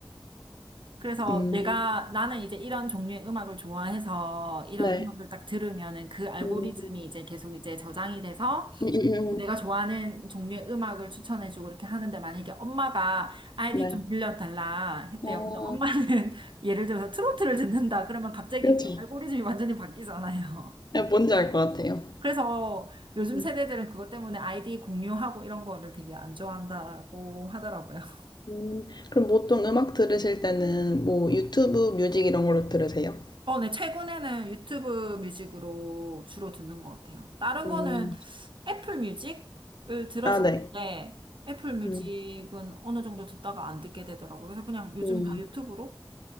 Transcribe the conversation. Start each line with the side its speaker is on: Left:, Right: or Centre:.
Right: 그래서
Left: 음,
Right: 내가, 나는 이제 이런 종류의 음악을 좋아해서 이런
Left: 네.
Right: 음악을 딱 들으면은 그 알고리즘이
Left: 음,
Right: 이제 계속 이제 저장이 돼서
Left: 음, 음, 음.
Right: 내가 좋아하는 종류의 음악을 추천해주고 이렇게 하는데 만약에 엄마가 아이디
Left: 네.
Right: 좀 빌려달라 했대요.
Left: 아,
Right: 근데 엄마는 <laughs> 예를 들어서 트로트를 듣는다. 그러면 갑자기
Left: 그렇죠.
Right: 그 알고리즘이 완전히 바뀌잖아요.
Left: 네, 뭔지 알 것 같아요.
Right: 그래서 요즘
Left: 음,
Right: 세대들은 그것 때문에 아이디 공유하고 이런 거를 되게 안 좋아한다고 하더라고요. <laughs>
Left: 음. 그럼 보통 음악 들으실 때는 뭐 유튜브 뮤직 이런 걸로 들으세요?
Right: 어, 네, 최근에는 유튜브 뮤직으로 주로 듣는 것 같아요. 다른
Left: 음,
Right: 거는 애플 뮤직을 들었었는데,
Left: 아, 네.
Right: 애플 뮤직은
Left: 음,
Right: 어느 정도 듣다가 안 듣게 되더라고요. 그래서 그냥 요즘
Left: 음,
Right: 다 유튜브로.